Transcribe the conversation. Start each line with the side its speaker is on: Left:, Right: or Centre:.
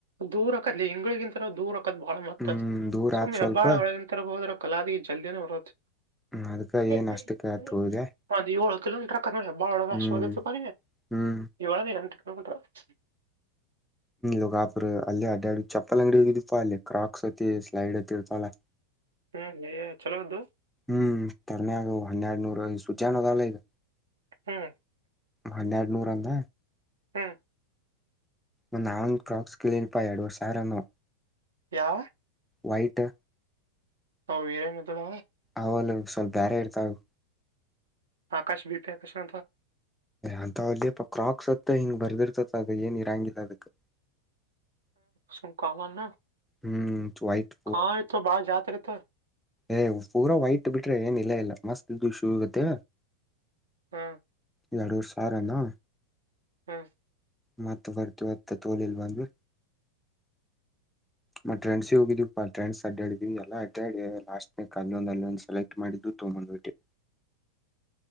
Right: ದೂರಕ್ಕ ಅಲ್ಲಿ ಹಂಗ್ಗಳಗಂತಾವು ದೂರ ತ್ ಬಾಳ ಮತ್ತ
Centre: ಹ್ಮ್ ದೂರ
Right: ಸುಮ್ಮಿ
Centre: ಆತ್ ಸ್ವಲ್ಪ
Right: ಹೆಬ್ಬಾಳ ಒಳಗಿನ ತರಗೆ ಹೋದ್ರ ಕಲಾದಿ ಜಲ್ದಿನ ಬರತ್
Centre: ಅದಕ್ಕ ಏನ್
Right: ಸರಿ
Centre: ಅಷ್ಟಕ್ಕ
Right: ಸರಿ
Centre: ಆತ್ ಹೋದೆ
Right: ಒಂದು ಏಳು ಕಿಲೋಮೀಟರ್ಕ್ಕ ಬಾಳ ವಶ್ದ
Centre: ಹ್ಮ್
Right: ಪ
Centre: ಹ್ಮ್
Right: ಏಳಟ ಹಟ <inaudible>
Centre: ಇೋಗಾಪರು ಅಲ್ಲಿ ಅಡ್ಡಡು ಚಪ್ಪಪಲ್ ಅಂಗಡಿ ಹಪ ಅಲ್ಲಿ ಕ್ರಾಕ್ಸ್ ತಿ ಸ್ಲೈಡ್ ತಿ ಇರ್ತಲ್ಲ
Right: ಹ್ಮ್ ಚಲೋದ್ದು
Centre: ಹ್ಮ್ ತರ್ಮಗ ಹನ್ನೆರಡುನೂರು ಸುಜಾನದಲ್ಲ ಈಗ
Right: ಹ್ಮ್
Centre: ಹನ್ನೆರಡು ನೂರ ಅಂದ
Right: ಹ್ಮ
Centre: ಒಂದ್ ಅವನ್ ಕ್ರಾಕ್ಸ್ ಕ್ಲನ್ಪಾ ಎರಡ್ುವರ್ ಸಾವ್ರನು
Right: ಆ
Centre: ವೈಟ್ು
Right: ಹ ವೀರನ್ದುಲ
Centre: ಅವಲ್ಲ ಸ್ವಲ್ಪ ಬೇರೆ ಇರ್ತಾವ
Right: ಆಕಾಶ ಬಿೀ ಪಿ ಆಕಷಣ
Centre: ಅಂತ ಒಲಿಪ್ಪ ಕ್ರಾಕ್ಸ್ತ್ತ ಹಿಂಗ್ ಬರ್ದಿರ್ತದ ಅದ ಏನ್ ಇರಾಂಗಿಲ್ಲ ಅದಕ್ಕೆ
Right: ಶು ಕಾಮ ನ
Centre: ಹ್ಮ್ ವೈಟ್
Right: ಕ ರತ ಬಾರ ಜತ ರತ
Centre: ಏ್ ಪೂರಾ ವೈಟ್ ಬಿಟ್ರೆ ಏನ್ ಇಲ್ಲ ಇಲ್ಲ ಮಸ್ತ್ ಇದು ಶೂ ಇಗತ್ತೇ
Right: ಹ್ಮ
Centre: ಇಡು ಸಾರ ನ
Right: ಹ್ಮ
Centre: ಮತ್ತ ವರ್ತವತ್ತ ತೋಲಲ್ ಬಂದು ಮತ್ತ ಟ್ರೆಂಡ್ಸ ಹೋಗಿದ್ವಿಾ ಟ್ರೆಂಡ್ಸ್ ಅಡ್ಡಾಡಿದೀವಿ ಎಲ್ಲ ಅಡ್ಡಾಡ ಲಾಸ್ಟ್ನಕ್ ಅಲ್ಲೊಂದು ಅಲ್ಲೊಂದು ಸೆಲೆಕ್ಟ್ ಮಾಡಿದ್ದು ತಂಬಂದು್ಬಿಟೆ